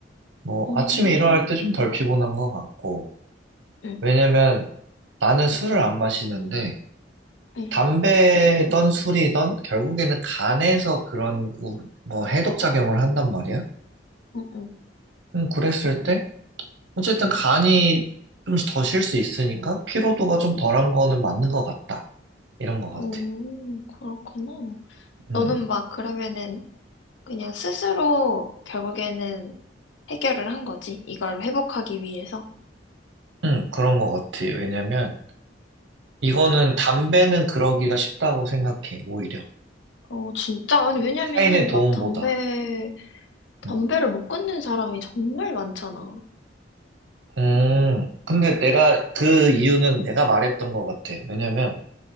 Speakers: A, on the right; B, on the left.
A: 뭐
B: 음,
A: 아침에 일어날 때 좀 덜 피곤한 것 같고
B: 응,
A: 왜냐면 나는 술을 안 마시는데
B: 응,
A: 담배든 술이든 결국에는 간에서 그런 우- 뭐 해독 작용을 한단 말이야.
B: 응, 응.
A: 음, 그랬을 때 어쨌든 간이 좀 더 쉴 수 있으니까 피로도가 좀 덜한 거는 맞는 것 같다. 이런 것 같아.
B: 오, 그렇구나.
A: 음,
B: 너는 막 그러면은 그냥 스스로 결국에는 해결을 한 거지. 이걸 회복하기 위해서.
A: 음, 그런 것 같아. 왜냐면, 이거는 담배는 그러기가 쉽다고 생각해, 오히려.
B: 어, 진짜? 아니, 왜냐면은
A: 타인의 도움보다.
B: 막 담배, 담배를
A: 음,
B: 못 끊는 사람이 정말 많잖아.
A: 음, 근데 내가, 그 이유는 내가 말했던 것 같아. 왜냐면,